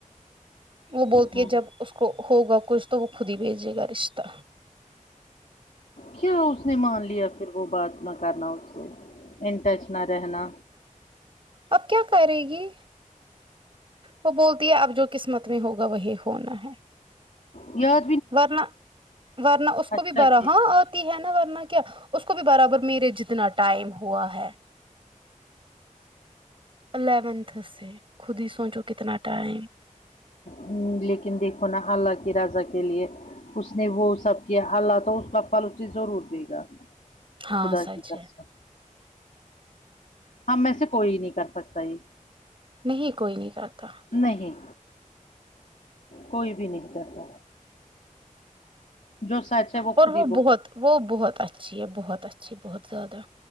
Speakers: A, on the right; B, on the left.
A: وہ بولتی
B: ہوں
A: ہے جب اس کو ہوگا کچھ تو وہ خود ہی بھیجے گا رشتہ
B: کیا اس نے مان لیا پھر وہ بات نہ کرنا اس سے ان ٹچ نہ رہنا
A: اب کیا کرے گی وہ بولتی ہے آپ جو قسمت میں ہوگا وہی ہونا ہے
B: یا
A: ورنہ ورنہ اس کو
B: اچھا
A: بھی بھرا
B: کہ
A: ہاں اور ہے نا ورنہ کیا اس کو بھی برابر میرے جتنا ٹائم ہوا ہے الیونتھ سے خود ہی سوچو کتنا ٹائم
B: امم لیکن دیکھو نا اللہ کے رضا کے لیے اس نے وہ سب کیا اللہ تو اس کا پھل اسے ضرور دے گا
A: ہاں
B: خدا
A: سچ
B: کی قسم
A: ہے
B: ہم میں سے کوئی نہیں کر سکتا یہ
A: نہیں کوئی نہیں کرتا
B: نہیں کوئی بھی نہیں کرتا جو سچ ہے
A: اور
B: خود
A: وہ
B: ہی بول
A: بہت وہ بہت اچھی ہے بہت اچھی بہت زیادہ